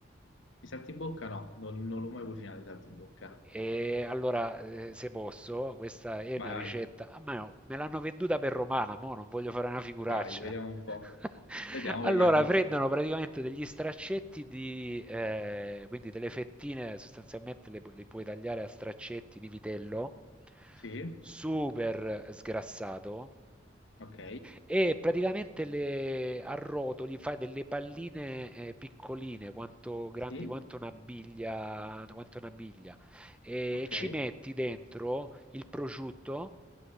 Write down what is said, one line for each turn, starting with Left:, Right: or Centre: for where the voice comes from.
Left: I saltimbocca no, non, non l'ho mai cucinato i saltimbocca.
Centre: E allora, eh, se posso, questa è
Left: Vai,
Centre: una ricetta.
Left: vai.
Centre: Ah, ma no, me l'hanno venduta per romana, mo non voglio fare una figuraccia.
Left: Vai, vediamo un po'.
Centre: <laughs>
Left: Vediamo,
Centre: Allora,
Left: vediamo.
Centre: prendono praticamente degli straccetti di, eh, quindi delle fettine, sostanzialmente le, pu- le puoi tagliare a straccetti di vitello,
Left: Sì,
Centre: super sgrassato,
Left: ok,
Centre: e praticamente le arrotoli, fai delle palline, eh, piccoline, quanto grandi
Left: sì,
Centre: quanto una biglia, quanto una biglia e
Left: ok,
Centre: ci metti dentro il prosciutto,